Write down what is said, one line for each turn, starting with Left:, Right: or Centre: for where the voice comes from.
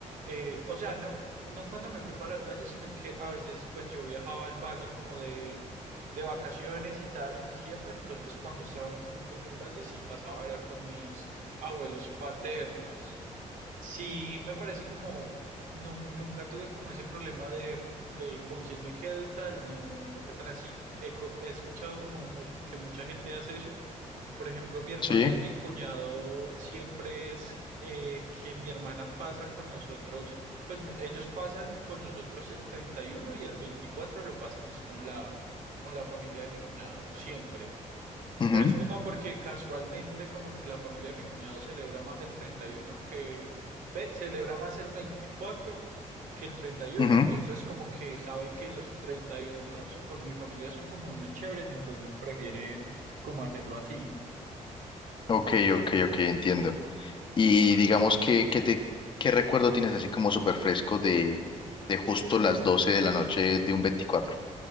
Right: eh, o sea, no, no cuando me fui para el valle, sino que a veces pues yo viajaba al valle como de, de vacaciones y tal en diciembre, entonces cuando estaba en diciembre en el valle sí pasaba era con mis abuelos paternos. Sí, me parece como, nu- nunca tuve como ese problema de, de con quién me quedo y tal, no, no fue tan así. He, co- he escuchado como mu- que mucha gente hace eso. Por ejemplo, mi hermana
Left: Sí.
Right: y mi cuñado siempre es eh, que mi hermana pasa con nosotros, pues mi- ellos pasan con nosotros el treinta y uno y el 24 lo pasan es con la, con la familia de mi cuñado, siempre.
Left: ujú,
Right: Pero es como porque casualmente como que la familia de mi cuñado celebra más el 31 que, ve, celebra más el 24 que el treinta y uno
Left: ujú.
Right: entonces como que sabe que los 31 con mi familia son como muy chéveres, entonces prefieren como hacerlo así.
Left: Ok, ok, ok, entiendo. Y digamos que, que te, ¿qué recuerdo tienes así como súper fresco de, de justo las 12 de la noche de un veinticuatro